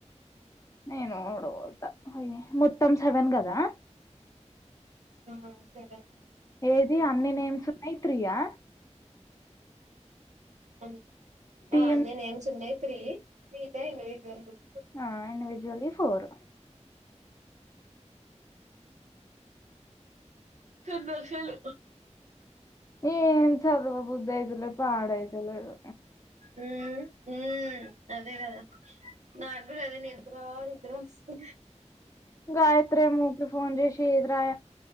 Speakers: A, on the left (about 25°); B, on the right (about 75°).
A: నేను కూడా పోతా మొత్తం సెవెన్ కదా
B: ఆ సరే
A: ఏది అన్ని నేమ్స్ ఉన్నాయి త్రియా
B: అంటే
A: టీమ్
B: ఆ అన్ని నేమ్స్ ఉన్నాయి త్రీ మిగతాయి ఇండివిజువల్ బుక్స్
A: ఆ ఇండివిజువల్లీ ఫోర్
B: దొశలు
A: ఏం చదువ బుద్ది అయితలేదు ప్పడ అయిత లేదు
B: ఉ ఉ అదే కదా నా గూడా అదే నిద్ర నిద్ర అస్తు
A: గాయత్రేమో ఊకె ఫోన్ జెసి ఏధీరయా